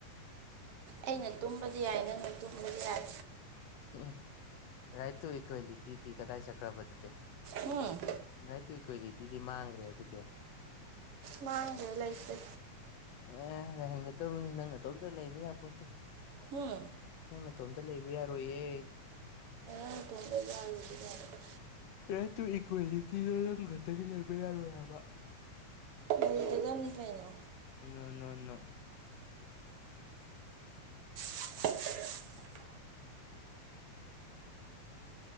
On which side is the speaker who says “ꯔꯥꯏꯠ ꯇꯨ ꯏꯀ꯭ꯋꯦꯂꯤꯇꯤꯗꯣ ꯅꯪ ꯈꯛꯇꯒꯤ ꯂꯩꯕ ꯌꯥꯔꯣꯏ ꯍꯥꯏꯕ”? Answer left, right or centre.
Left